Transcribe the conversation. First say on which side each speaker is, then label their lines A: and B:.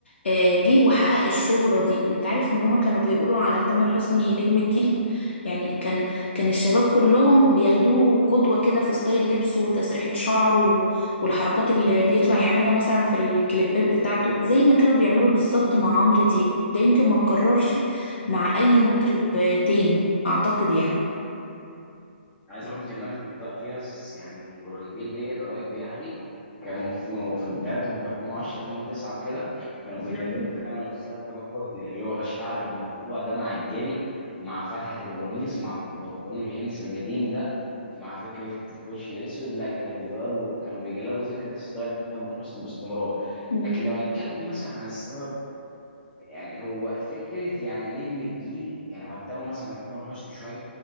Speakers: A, on the left; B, on the left.
A: آه، جه وحقق الشهرة دي انت عارف ان هم كانوا بيقولوا على تامر حسني نجم الجيل يعني كان كان الشباب كلهم بياخدوه قدوة كده في ستايل لبسه وتسريحة شعره و- والحركات اللي بيطلع يعملها مثلا في الكليبات بتاعته زي ما كانوا بيعملوا بالظبط مع عمرو دياب ده يمكن ما اتكررش مع اي مطرب آه، تاني اعتقد يعني
B: عايز اقول لك ان انا كنت في ناس يعني قريبين ليا قرايب يعني كانوا في في بداياتهم في 2010 2009 وكده كانوا بيجددوا
A: نعم.
B: فعلا الستايل تامر حسني اللي هو الشعر المرفوع ده مع الجل مع فتحة القميص مع البنطلون الجينز القديم ده مع فكرة الكوش الأسود لا كانوا بيجلدوا كانوا بيجلدوا فكرة ستايل تامر حسني باستمرار
A: مم.
B: لكن لو هنتكلم مثلا عن السبب يعني هو فكره يعني نجم الجيل يعني لو هتقابل مثلا مع تامر حسني شويه